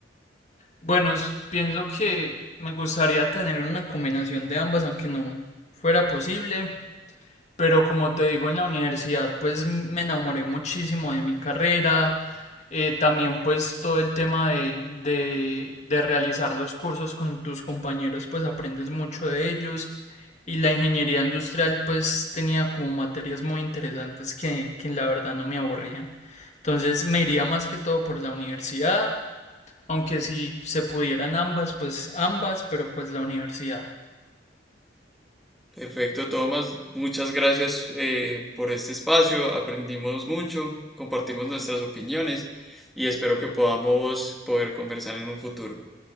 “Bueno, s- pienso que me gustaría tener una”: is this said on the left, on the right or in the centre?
Left